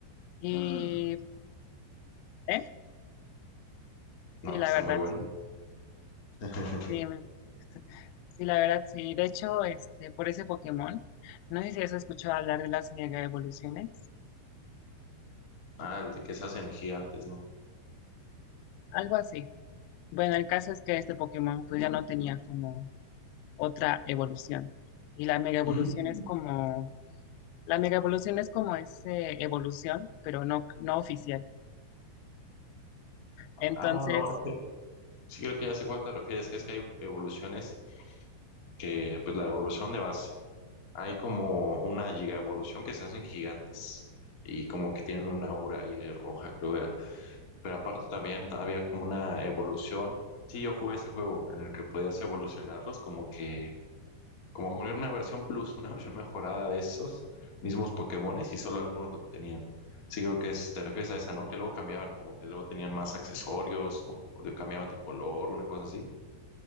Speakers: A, on the left; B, on the left.
A: Y,
B: <gasps>
A: ¿eh?
B: No,
A: Sí, la
B: que está
A: verdad,
B: muy bueno.
A: sí,
B: <laughs>
A: sí, me- sí, la verdad, sí. De hecho, este, por ese Pokémon, no sé si has escuchado hablar de las mega evoluciones,
B: Ah, el de que se hacen gigantes, ¿no?
A: algo así. Bueno, el caso es que este Pokémon, pues ya no tenía como otra evolución. Y la mega evolución
B: Mm.
A: es como La mega evolución es como ese evolución, pero no, no oficial.
B: Ah,
A: Entonces,
B: no, este, sí creo que ya sé cuál te refieres, que es que hay evoluciones que pues la evolución de base. Hay como una giga evolución que se hacen gigantes y como que tienen una aura ahí roja, creo era. Pero aparte también había como una evolución. Sí, yo jugué ese juego en el que podías evolucionarlos como que, como una versión plus, una <laughs> versión mejorada de esos mismos Pokémones y solo algunos lo tenían. Sí, creo que es, te refieres a esa, ¿no? Que luego cambiaban, como que luego tenían más accesorios o cambiaban de color, una cosa así.